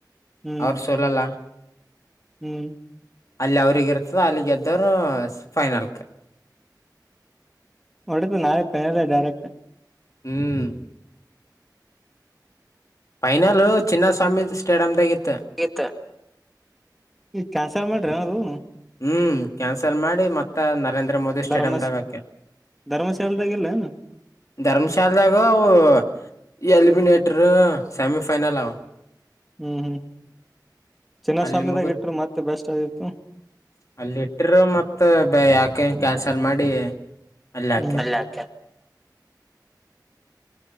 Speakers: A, in the centre; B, on the left (about 45°).
A: ಹ್ಮ್
B: ಅವ್ರ ಸೋಲಲ್ಲ
A: ಹ್ಮ್
B: ಅಲ್ಲಿ ಅವ್ರಗ ಇರ್ತದ ಅಲ್ಲಿ ಗೆದ್ದೋರು ಫೈನಲ್ಗೆ
A: ಒಡತ ನಾಳೆ ಪನದ ಡೈರಕ್ಟ್
B: ಹ್ಮ್ ಫೈನಲ್ ಚಿನ್ನಸ್ವಾಮಿ ಸ್ಟೇಡಿಯಂ್ದಾಗಿತ್ತು
A: ಇತ ಈಗ ಕ್ಯಾನ್ಸಲ್ ಮಾಡ್ರಿ ನವು
B: ಹ್ಮ್ ಕ್ಯಾನ್ಸಲ್ ಮಾಡಿ ಮತ್ತ ನರೇಂದ್ರ ಮೋದಿ ಸ್ಟೇಡಿಯಮ್ದಾಗಕ
A: ಧರ್ಮಸ್ ಧರ್ಮಶಾಲದಾಗಿಲ್ಲ ಹ್ಮ್
B: ಧರ್ಮಶಾಲ ಜಾಗ ಅವು ಈ ಎಲಿಮಿನೇಟರ್ ಸೆಮಿಫೈನಲ್ ಆವು
A: ಹ್ಮ್ ಹ್ಮ್ ಚಿನ್ನಸ್ವಾಮಿ
B: ಅಲ್ಲಿ ಮುಗುದ್
A: ದಾಗ ಇಟ್ರೆ ಮತ್ತೆ ಬೆಸ್ಟ್ ಆಗಿತ್ತು
B: ಅಲ್ಲಿ ಇಟ್ಟರು ಮತ್ತ ಬ ಯಾಕೆ ಕ್ಯಾನ್ಸಲ್ ಮಾಡಿ ಅಲ್ಲಿ ಹಾಕ್ಯಾರ
A: ಹ್ಮಲ್ಲಾಕ್ಕ